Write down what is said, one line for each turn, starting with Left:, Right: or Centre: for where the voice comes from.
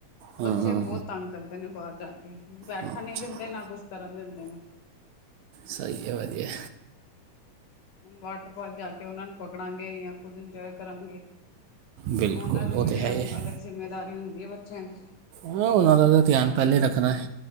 Right: ਹਾਂ
Left: ਬੱਚੇ
Right: ਹਾਂ,
Left: ਬਹੁਤ ਤੰਗ ਕਰਦੇ ਨੇ ਬਾਅਦ ਬੈਠਣ
Right: ਹਾਂ,
Left: ਨੀ
Right: ਚਲੋ,
Left: ਦਿੰਦੇ ਨਾ ਕੁਛ ਕਰਨ ਦਿੰਦੇ ਨੇ
Right: ਸਹੀ ਹੈ ਵਧੀਆ
Left: ਵਾਟਰਫਾਲ ਜਾ ਕੇ ਉਹਨਾਂ ਨੂੰ ਪਕੜਾਂਗੇ ਜਾਂ ਖੁਦ ਇੰਜੋਏ ਕਰਾਂਗੇ
Right: ਬਿਲਕੁਲ
Left: ਉਹਨਾਂ ਦੀ
Right: ਉਹ
Left: ਵੀ ਤੇ
Right: ਹੈ ਹੀ
Left: ਅਲੱਗ
Right: ਹੈ
Left: ਜਿੰਮੇਦਾਰੀ ਹੁੰ ਇਹ ਬੱਚਿਆਂ ਦੀ
Right: ਹਾਂ ਉਹਨਾਂ ਦਾ ਤਾਂ ਧਿਆਨ ਪਹਿਲੇੇ ਰੱਖਦਾ ਹੈ